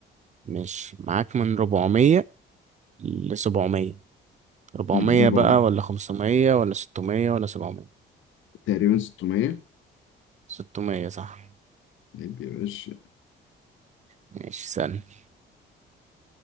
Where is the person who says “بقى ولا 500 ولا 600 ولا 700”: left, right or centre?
Right